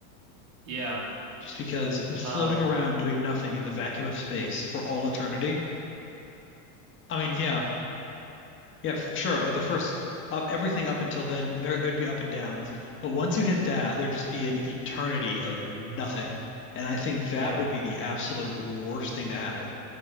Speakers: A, on the right; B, on the left.
A: Yeah.
B: just because it was floating
A: Um,
B: around doing nothing in the vacuum of space for all eternity. I mean, yeah, yeah, f- sure. uh, The first, uh, everything up until then, there, there'd be up and downs. But once you hit that, there'd just be an eternity of nothing. And I think that
A: yeah.
B: would be the absolute worst thing to happen.